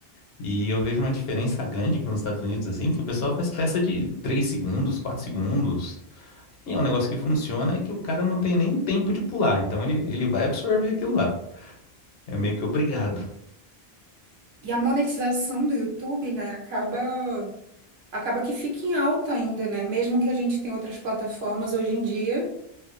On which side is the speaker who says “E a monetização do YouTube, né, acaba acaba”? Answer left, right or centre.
Right